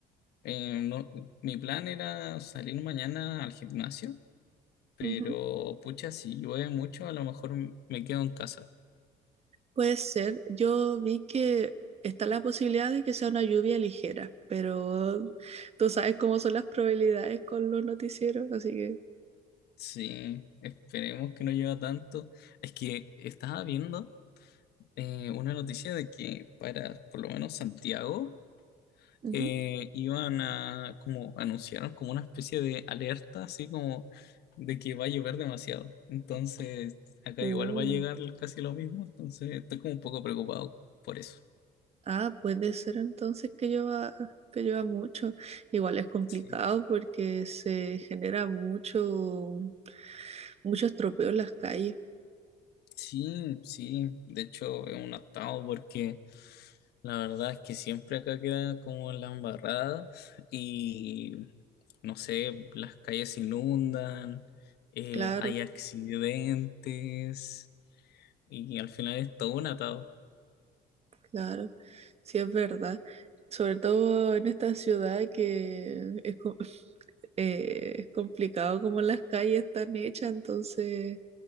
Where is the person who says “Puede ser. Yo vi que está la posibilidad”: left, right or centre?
Right